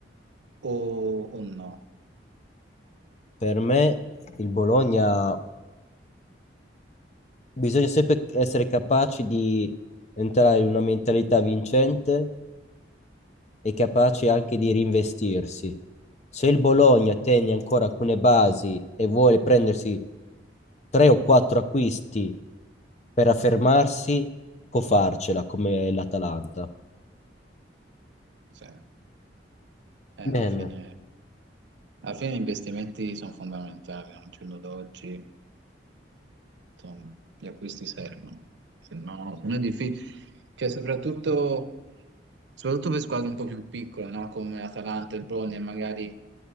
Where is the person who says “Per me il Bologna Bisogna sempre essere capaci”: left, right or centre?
Left